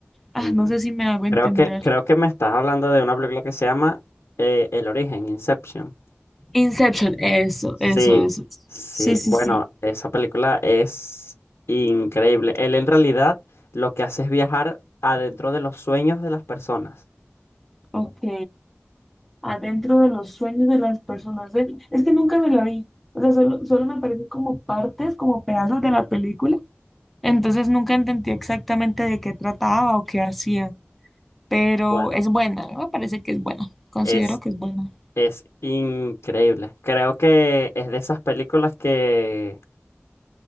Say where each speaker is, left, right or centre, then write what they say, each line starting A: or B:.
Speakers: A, in the centre; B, on the left.
A: Ah,
B: Mm,
A: no sé si me hago
B: Creo
A: entender.
B: que, creo que me estás hablando de una película que se llama eh, El Origen, Inception.
A: Inception, eso,
B: Sí,
A: eso, eso.
B: sí.
A: Sí, sí,
B: Bueno,
A: sí.
B: esa película es increíble. Él en realidad lo que hace es viajar adentro de los sueños de las personas.
A: Ok. Adentro de los sueños de las personas. Ve, Es que nunca me la vi. O sea, solo, solo me aparecen como partes, como pedazos de la película. Entonces nunca entendí exactamente de qué trataba o qué hacía. Pero
B: Bueno,
A: es buena, ¿no? me parece que es buena. Considero
B: es,
A: que es buena.
B: es increíble. Creo que es de esas películas que